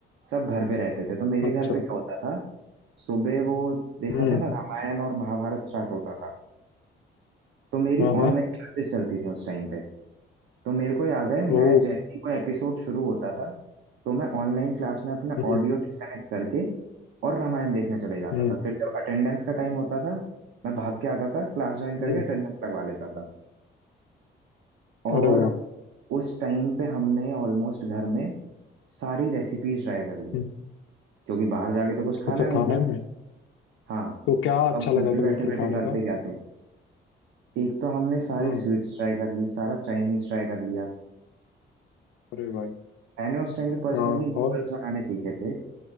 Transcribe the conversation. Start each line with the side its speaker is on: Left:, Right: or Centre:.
Right: सब घर पे रहते थे तो मेरे
Left: अच्छा
Right: घर पे क्या होता था सुबह वो देखा
Left: हम्म
Right: था ना रामायण और महाभारत स्टार्ट होता था तो मेरी
Left: हाँ
Right: ऑनलाइन
Left: हाँ
Right: क्लासेस चलती थी उस टाइम पे तो मेरे को याद है मैं
Left: ओ
Right: जैसे ही कोई एपिसोड शुरू होता था तो मैं ऑनलाइन क्लास में अपना
Left: हम्म
Right: ऑडियो डिस्कनेक्ट करके और रामायण देखने चले जाता
Left: हम्म
Right: था फिर जब अटेंडेंस का टाइम होता था मैं भाग के आता था क्लास ज्वाइन करके
Left: हम्म
Right: अटेंडेंस लगवा लेता था और
Left: अरे वाह
Right: उस टाइम पे हमने ऑलमोस्ट घर में सारी रेसिपीज ट्राई कर ली
Left: हम्म,
Right: क्योंकि बाहर जाके तो कुछ खाना
Left: अच्छा
Right: नहीं
Left: खाने
Right: था
Left: में
Right: हाँ
Left: तो क्या अच्छा
Right: अब घर
Left: लगा
Right: पे बैठे
Left: तुम्हें फिर
Right: बैठे
Left: खाने
Right: करते
Left: का
Right: क्या थे एक तो हमने सारी
Left: हम्म
Right: स्वीट्स ट्राई कर ली सारा चाइनीज ट्राई कर लिया
Left: अरे भाई
Right: मैंने उस टाइम पे पर्सनली
Left: हाँ
Right: नूडल्स
Left: और
Right: बनाने सीखे थे